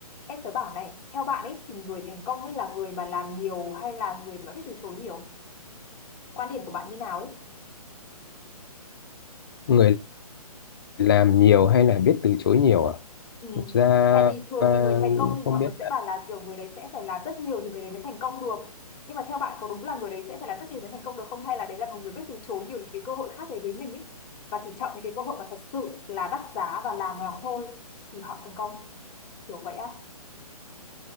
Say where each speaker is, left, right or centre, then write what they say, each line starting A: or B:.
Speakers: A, on the left; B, on the left.
A: Em tớ bảo này, theo bạn ấy thì người thành công ấy là người mà làm nhiều hay là người mà biết từ chối nhiều? Quan điểm của bạn như nào ấy?
B: người làm nhiều hay là biết từ chối nhiều à
A: Ừ.
B: thực ra
A: Tại vì thường
B: à,
A: thì người thành công thì
B: không
A: mọi
B: biết
A: người sẽ bảo là kiểu người đấy sẽ phải làm rất nhiều thì người đấy mới thành công được. Nhưng mà theo bạn có đúng là người đấy sẽ phải làm rất nhiều mới thành công được không? Hay là đấy là một người biết từ chối nhiều những cái cơ hội khác đến với mình ấy? Và chỉ chọn những cái cơ hội mà thật sự là đắt giá và làm nó thôi thì họ thành công. Kiểu vậy á.